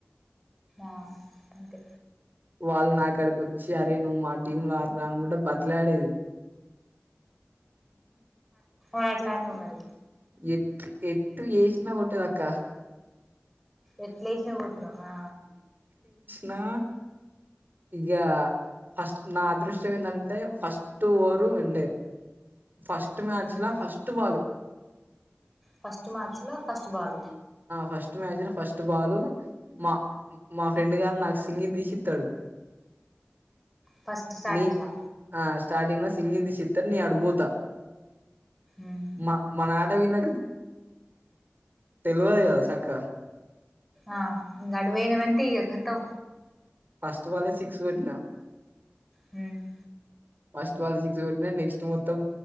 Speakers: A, in the centre; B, on the right (about 50°).
A: ఆ అంతే
B: వాళ్ళు నాక్కడికి వచ్చి అరే నువ్వు మా టీమ్ లో ఆ రానుకుంట బతిలాడేది
A: మట్లాండ మరి
B: ఎట్ ఎట్ ఏష్ నా కొట్టేది అక్క
A: ఎట్లేసిన కూట్ను ఆ
B: నా ఇక ఫస్ట్ నా అదృష్టం ఏంటంటే ఫస్ట్ ఓరు ఉండే ఫర్స్ట్ మచ్లా
A: ఉమ్
B: ఫర్స్ట్ బాల
A: ఫస్ట్ మార్చ్ లో first ball
B: first match first ball మా మా ఫ్రెండ్ గారు నాకు సింగి తీసి ఇత్తాడు
A: ఫస్ట్ స్టార్టింగ్
B: నీ
A: దా
B: ఆ స్టార్టింగ్ మా సింగింది చిత నీ అడుభోతా
A: ఉమ్
B: మా మన లా తెలువది అదా సక్క
A: ఆ ఇ గడువైన అంటే ఇక కతం
B: ఫస్ట్ వాళ్ళ సిక్స్ పెట్నా
A: హుమ్
B: ఫస్ట్ వాళ్ళు సిక్స్ కొట్టిన నెక్స్ట్ మొత్తం